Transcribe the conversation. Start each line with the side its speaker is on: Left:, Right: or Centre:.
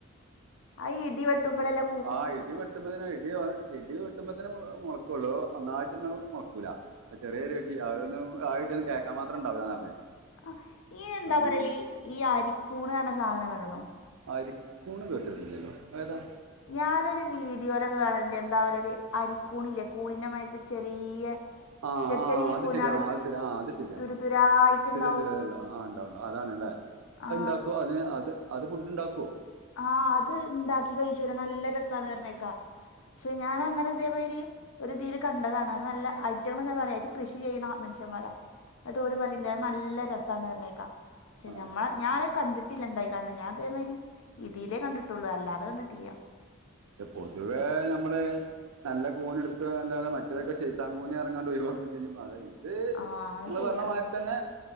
Left: ആ ഇടി വെട്ടുമ്പളല്ലെ
Right: ആഹ് ഇടി വെട്ടുമ്പെ തന്നെ ഇടി ഇ ഇടി വെട്ടുമ്പോ തന്നെ മുളക്കുള്ളൂ ഒന്നായിട്ടന്നെ മുളക്കൂല ചെറിയൊരു ഇടി അ ഒന്നു ആ ഇടിയൊന്നു കേക്കാ മാത്രം ഉണ്ടാവൂലന്നറിഞ്ഞേക്കാ <unintelligible>
Left: ആ, ഈ എന്താ പറയല് ഈ അരിക്കൂണറഞ്ഞ സാധനം കണ്ട്ണോ
Right: ആരിക്കൂണ് കേട്ടിട്ടില്ലല്ലോ അഅ് ഏതാ
Left: ഞാനൊരു വീഡിയോയിലൊക്കെ കാണലുണ്ട് എന്താ പറയല് അരിക്കൂണില്ലേ കൂണിന്റെ മാരിക്ക് ചെറിയ
Right: ആഹ്
Left: ചെറിയ
Right: ആഹ്
Left: ചെറിയ
Right: അത്
Left: കൂനാള്
Right: ശരിയ ആഹ് അത് ശരി ആഹ് അത് ശരിയാ
Left: തുരുതുരായിട്ടുണ്ടാവും
Right: ആഹ് തിരി, തിരിണ്ട ആഹ് ഇണ്ടാവും, ണ്ടാവും. അതാണല്ലേ
Left: ആ
Right: ഇണ്ടാക്കുവോ അതി, അത്, അത് ഫുഡ്ണ്ടാക്കുവോ?
Left: ആഹ് അത് ഇണ്ടാക്കി കഴിച്ചുരാ നല്ല രസാണ് വറഞ്ഞേക്കാ. ഷെ ഞാനങ്ങനെ ഇതേമായിരി ഒര്തീല് കണ്ടതാണ് അത് നല്ല ഐറ്റങ്ങള് പറയാ അയ് കൃഷി ചെയ്യണ മനുഷമ്മാര. എന്നിട്ടോര് പറയണ്ട് അത് നല്ല രസാണ്റഞ്ഞേക്കാം. ഷെ
Right: ആഹ്
Left: ഞമ്മള ഞാന കണ്ടി ട്ടിലിണ്ടായി കാണണ് ഞാ അതേമായിരി ഇതിലേ കണ്ടിട്ടുള്ളൂ. അല്ലാതെ കണ്ടിട്ടില്ല്യ.
Right: <unintelligible> പൊതുവേെ ഞമ്മള് നല്ല കൂന എടുക്കല്ലാതെ മറ്റേതൊക്കെ ചെയ്ത്താൻകൂനെറങ്ങാണ്ട് ഒഴിവാക്കുംചെയ്യും അതായി ത്
Left: ആഹ് അത്
Right: നിങ്ങള്
Left: ശരിയാ
Right: പറഞ്ഞമായിരി തന്നെ